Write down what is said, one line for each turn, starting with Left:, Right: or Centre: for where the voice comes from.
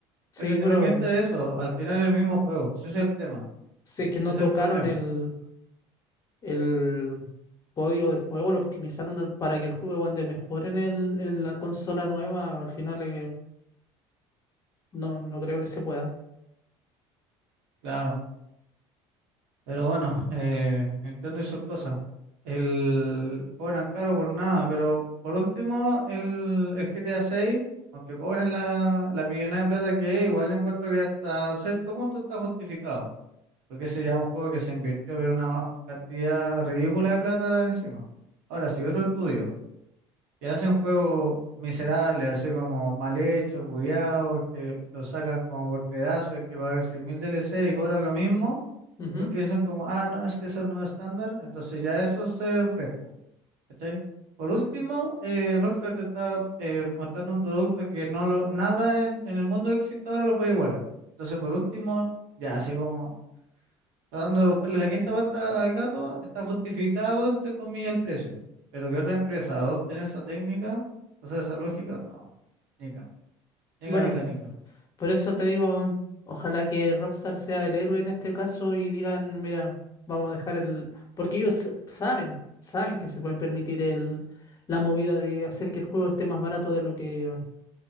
Left: Sí,
Right: Pero independiente
Left: pero...
Right: de eso, al final es el mismo juego, ese es el tema,
Left: Si
Right: ¿sí?
Left: es que no
Right: Ese es
Left: tocaron
Right: el problema,
Left: el, el código del juego, lo optimizaron del- para que el juego ande mejor en, el, en la consola nueva, al final eh, no, no creo que se pueda.
Right: claro. Pero bueno, <laughs> eh, Nintendo hizo cosas. El, cobran caro por nada, pero por último, el, el GTA 6, aunque cobren la, la millonada de plata que es, igual yo encuentro que hasta cierto punto está justificado, porque ese ya es un juego que se invirtió, pero una ma- cantidad ridícula de plata encima. Ahora, si otro estudio Y hacen juegos miserables, así como mal hechos, bugueados, que los sacan como por pedazos, hay que pagar 100.000 DLC y cobran lo mismo,
Left: Ujú.
Right: porque dicen como, ah, no, es que es el nuevo estándar, entonces ya eso es ser fresco, ¿cachai? Por último, eh, Rockstar te está eh, mostrando un producto que no lo, nada en, en el mundo que existe ahora lo puede igualar. Entonces, por último, ya, así como tratando de buscarle la quinta vuelta al gato, está justificado, entre comillas, el precio. Pero que otra empresa adopten esa técnica, o sea, esa lógica, no. Nica, nica,
Left: Bueno,
Right: nica, nica.
Left: por eso te digo, ojalá que Rockstar sea el héroe en este caso y digan, mira, vamos a dejar el... Porque ellos s- saben, saben que se pueden permitir el, la movida de hacer que el juego esté más barato de lo que,